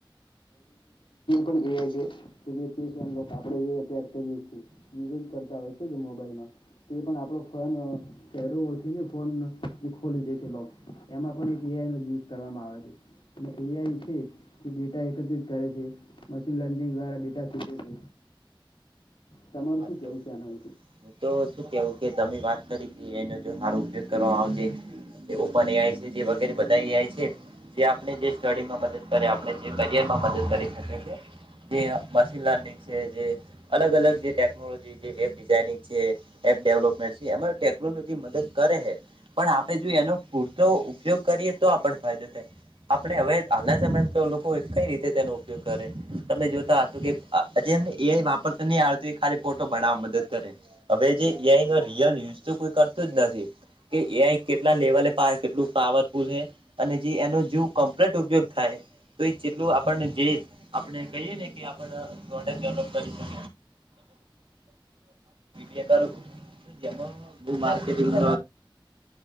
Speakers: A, on the left; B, on the right.
A: પણ એ આઈ છે. કે જે કેસન આપણેે અત્યારે કરીએ છીએ યુઝ કરતા હોય છે મોબાઈલમાં. તે પણ આપણો ફોન ચહેરો ઓળખીને ફોન જે ખોલી દે છેક એમાં પણ એક એ આઈ નો યુઝ કરવામાં આવે છે. અને એ આઈ છે. તે ડેટા એકત્રિત કરે છે, મશીન લર્નિંગ દ્વારા ડેટા શૂકવે છે. તમારું
B: વાત
A: શું કેવું ત્યાનું?
B: હું તો શું કેવું કે તમે વાત કરી કે એનો જો સારો ઉપયોગ કરવામાં આવશે. ઓપન એ આઈ છે જે વગેરે બધા એ આઈ છે જે આપણે જે સ્ટડીમાં મદદ કરે આપણે જે કરિયરમાં મદદ કરી શકે છે. જે મશીન લર્નિંગ છે જે અલગ અલગ જે ટેકનોલોજી જે વેબ ડિઝાઇનિંગ છે એપ ડેવલપમેન્ટ છે, એમાં ટેકનોલોજી મદદ કરે હે. પણ આપડે જો એનો પૂરતો ઉપયોગ કરીએ તો આપને ફાયદો થાય. આપણે હવે હાલના સમય તો લોકો કઈ રીતે તેનો ઉપયોગ કરે તમે જોતા હશો કે હ એમને એ વાપર તો નહિ આવડતું એ ખાલી ફોટો બનાવા મદદ કરે. હવે જે એ આઈ નો રિયલ યુઝ તો કોઈ કરતું જ નથી. કે એ આઈ કેટલા લેવલે કેટલું પાવરફુલ હે. અને જે એનો જો કમ્પ્લીટ ઉપયોગ થાય તો એ જેટલું આપણ જે આપણે કહીએ ને કે આપ પ્રોડક્ટ ડેવલપ કરી શકે. તમે <inaudible> જેમાં બવ માર્કેટંગ